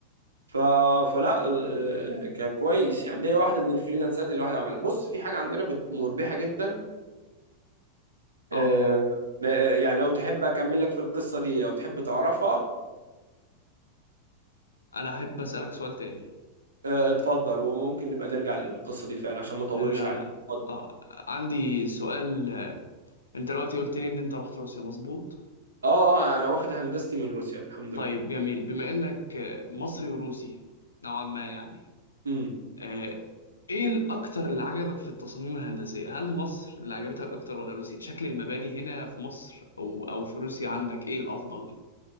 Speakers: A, on the right; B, on the left.
A: ف... فلا آه، كان كويس يعني دي واحده من الفريلانسات اللي الواحد عملها بص في حاجه عندنا بت... مربحه جدا
B: اه
A: آه، آه، يعني لو تحب اكمل لك في القصه دي لو تحب تعرفها
B: انا احب اسالك سؤال تاني
A: آه، اتفضل وممكن نبقى نرجع للقصه دي فعلا عشان ما اطولش
B: نرجع
A: عليك
B: ل
A: اتفضل
B: اه عندي سؤال انت دلوقتي قلت لي ان انت رحت روسيا مظبوط
A: اه آه، انا واخد هندستي من روسيا الحمد
B: طيب
A: لله
B: جميل بما انك مصري وروسي نوعا ما يعني
A: امم
B: آه، ايه الاكتر اللي عجبك في التصاميم الهندسية هل مصر اللي عجبتك اكتر ولا روسيا شكل المباني هنا في مصر او او في روسيا عندك ايه الافضل